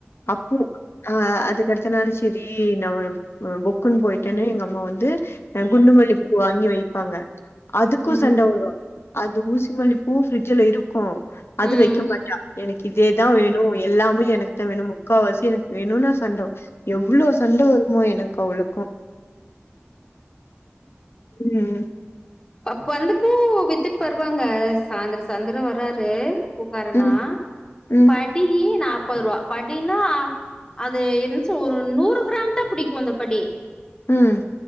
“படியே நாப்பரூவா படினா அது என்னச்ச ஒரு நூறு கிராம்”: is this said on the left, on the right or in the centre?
Left